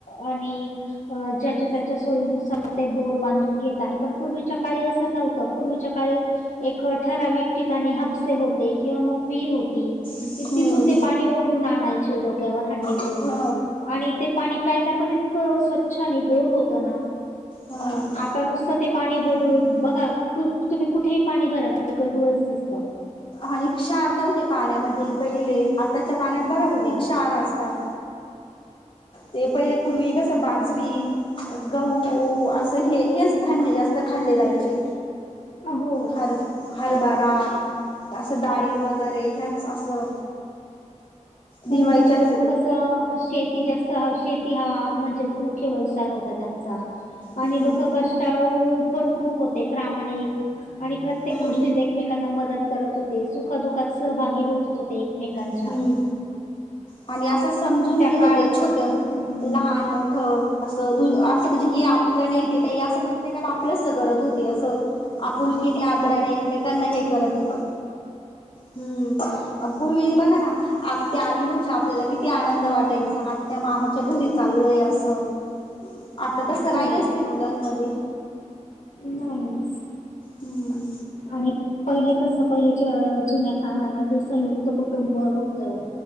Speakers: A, on the left; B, on the left.
A: आणि अ ज्याच्या त्याच्या सोयीनुसार ते बोर बांधून घेत आहे पण पूर्वीच्या काळी असं नव्हतं. पूर्वीच्या काळी एक ठराविक ठिकाणी हापसे होते किंवा मग विहीर होती
B: हम्म
A: तिथून ते ओडून आणायचे डोक्यावर हंडे भरून.
B: ह
A: आणि ते पाणी प्यायला पण इतकं स्वच्छ आणि गोड होतं ना.
B: ह
A: आता नुसतं ते पाणी गढूळ बघा तुम्ही कुठेही पाणी भरा ते गडूळच दिसत.
B: आणि क्षार नव्हते पाण्यामध्ये पहिले. आताच्या पाण्यात
A: हो
B: बघा किती क्षारा असतात. ते पहिले पूर्वी कस बाजरी गहु असं हे हेच धान्य जास्त खाल्ले जायचे.
A: हो
B: हर हरभरा असं डाळी वगैरे ह्याच असं
A: पूर्वीचे
B: दिवाळीच्या
A: लोक कसं शेती जास्त शेती ह म्हणजे मुख्य व्यवसाय होता. त्यांचा
B: हम्म
A: आणि लोक कष्टाळु पण खूप होते प्रामाणिक आणि प्रत्येक
B: हम्म
A: गोष्टीत एकमेकांना मदत करत होते सुखदुखात सहभागी होत होते एकमेकांच्या.
B: हम्म आणि असं समजून
A: त्या
B: घेत
A: काळात
B: होते छोट
A: हम्म
B: लहान मोठं असं द असं म्हणजे हे आपलं नाही ते नाही असं प्रत्येकाला आपलस करत होते असं. आपुलकीने आदराने एकमेकांना हे करत होते. हम्म पूर्वी बघा ना आत्या आली म्हण आपल्याला किती आनंद वाटायचा आज त्या मामाच्या घरी चाललोय असं. आता तसं
A: हो
B: राहिलंच नाही मुलांमध्ये.
A: नाहीच
B: हम्म.
A: आणि पहिले कस पहिलेच्या जुन्या काळामध्ये संयुक्त कुटुंब होतं